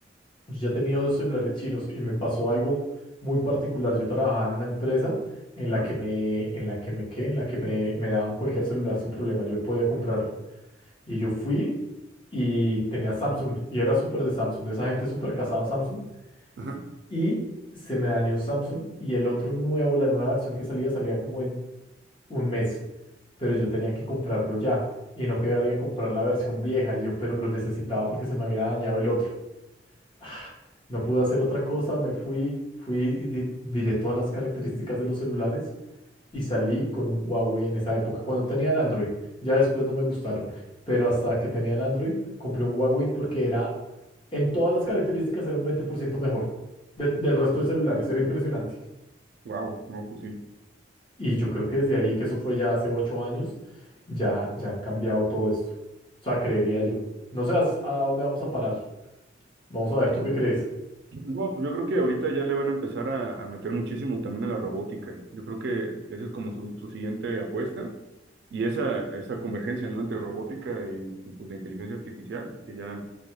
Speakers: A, on the left; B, on the right.
A: yo ya tenía dos celulares chinos y me pasó algo muy particular. Yo trabajaba en una empresa en la
B: Ajá,
A: que me, en la que me, ¿qué? En la que me, me daban cualquier celular sin problema, yo podía comprarlo. Y yo fui y tenía Samsung y era súper de Samsung, de esa gente súper casada a Samsung.
B: ajá,
A: Y se me dañó un Samsung y el otro nuevo, la nueva versión que salía, salía como en un mes. Pero yo tenía que comprarlo ya y no quería comprar la versión vieja. Y yo, pero lo necesitaba porque se me había dañado el otro. Ah, No pude hacer otra cosa, me fui, fui y di- miré todas las características de los celulares y salí con un Huawei en esa época, cuando tenían Android. Ya después no me gustaron, pero hasta que tenían Android compré un Huawei porque era, en todas las características era un 20% mejor de- del resto de celulares, era impresionante.
B: Wow, no, pues sí.
A: Y yo creo que desde ahí, que eso fue ya hace ocho años, ya, ya han cambiado todo esto. O sea, creería yo. No sé a a dónde vamos a parar. Vamos a ver,
B: Sí.
A: ¿tú qué crees?
B: No, pues yo creo que ahorita ya le van a empezar a, a meter muchísimo también a la robótica. Yo creo que esa es como su, su siguiente apuesta y esa, esa convergencia, ¿no? Entre robótica y, y pues la inteligencia artificial, que ya...